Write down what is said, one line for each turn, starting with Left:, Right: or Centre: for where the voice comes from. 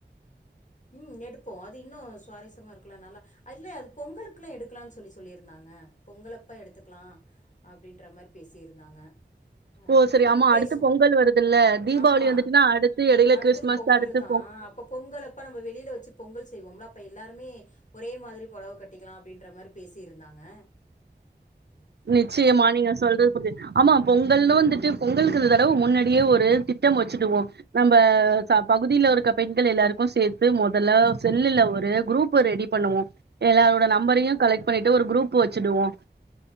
Left: ம் எடுப்போ அது இன்னு சுவாரஸ்யமா இருக்லா நல்லா இல்ல அது பொங்கலுக்குல்ல எடுக்லான் சொல்லி சொல்லி இருந்தாங்க பொங்கலப்ப எடுத்துக்லா அப்டின்ற மாரி பேசியிருந்தாங்க
Right: ஓ
Left: அது
Right: சரி
Left: நம்ம
Right: ஆமா அடுத்து
Left: பேசுவோ
Right: பொங்கல் வருதுல்ல தீபாவளி
Left: ஆமா
Right: வந்துட்டுன்னா அடுத்து எடையில
Left: அடுத்தது
Right: கிறிஸ்மஸ்
Left: பொங்கல்
Right: அடுத்து
Left: தா அப்ப பொங்கல் அப்ப நம்ப வெளியில வச்சு பொங்கல் செய்வோம்ல அப்ப எல்லோருமே ஒரே மாதிரி பொடவ கட்டிக்கலாம் அப்டின்ற மாரி பேசி இருந்தாங்க அ
Right: நிச்சயமா நீங்க சொல்றது புரிது ஆமா
Left: ம்
Right: பொங்கலு வந்துட்டு பொங்கலுக்கு இந்த தடவ முன்னாடியே ஒரு திட்டம் வச்சுடுவோ நம்ப
Left: ம்
Right: பகுதியில இருக்க பெண்கள் எல்லாருக்கு சேத்து மொதல்ல செல்லுல ஒரு குரூப்ப ரெடி பண்ணுவோ எல்லாரோட
Left: ம்
Right: நம்பரையு கலெக்ட் பண்ணிட்டு ஒரு குரூப்பு வச்சிடுவோ